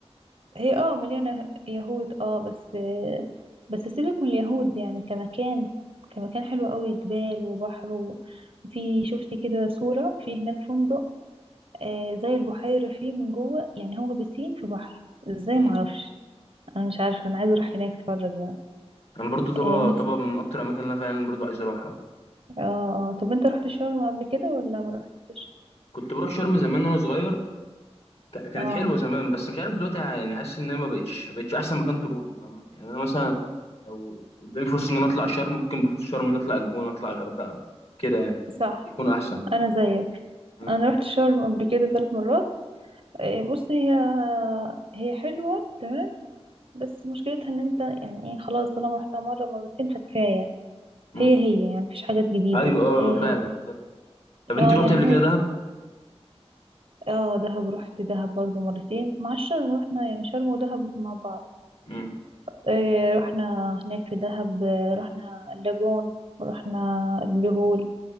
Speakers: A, on the right (about 70°); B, on the left (about 65°).
A: هي اه مليانة يهود اه بس آه، بس سيبك من اليهود يعني كمكان كمكان حلو قوي جبال وبحر و- وفي شفت كده صورة في هناك فندق آه زي البحيرة فيه من جوه يعني هو بسين في بحر ازاي
B: مم.
A: معرفش انا مش عارفه انا عايزه اروح هناك اتفرج بقى
B: انا برضو طابا
A: إيه
B: طابا
A: نفسي
B: من اكتر الاماكن اللي انا فعلا برضو عايز اروحها
A: اه آه. طب انت رحت شرم قبل كده ولا ما رحتش
B: كنت بروح شرم زمان وانا صغير ك- كانت
A: اه
B: حلوه زمان بس مش عارف دلوقتي ه- يعني حاسس ان هي ما بقتش ما بقتش احسن مكان تروحه فاهم يعني انا مثلا لو قدامي فرصه ان انا اطلع شرم ممكن بفوت شرم ده اطلع الجونه اطلع الغردقه كده يعني
A: صح
B: يكون احسن
A: انا
B: فاهم
A: زيك
B: مم.
A: انا رحت شرم قبل كده ثلاث مرات إيه بص هي هي حلوه تمام بس مشكلتها ان انت يعني ايه خلاص طالما رحتها مره مرتين فكفايه
B: مم.
A: هي هي يعني مفيش حاجات جديده
B: ايوه اه
A: هي
B: آه، فعلا
A: هي
B: بالظبط طب انت
A: اه
B: روحت
A: يعني
B: قبل
A: هو
B: كده دهب
A: اه دهب رحت دهب برضو مرتين مع الشرم رحنا يعني شرم ودهب مع بعض
B: مم.
A: آه، رحنا هناك في دهب آه، رحنا اللاجون ورحنا البلو هول